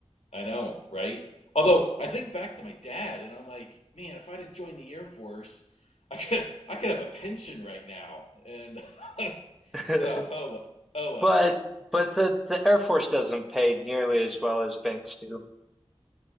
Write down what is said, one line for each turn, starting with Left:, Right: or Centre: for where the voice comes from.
Left: I know, right? Although I think back to my dad and I'm like, man, if I'd have joined the Air Force, I could I could have a pension right now. And <laughs>
Centre: <laughs>
Left: so, oh, well- oh well.
Centre: But but the the Air Force doesn't pay nearly as well as banks do.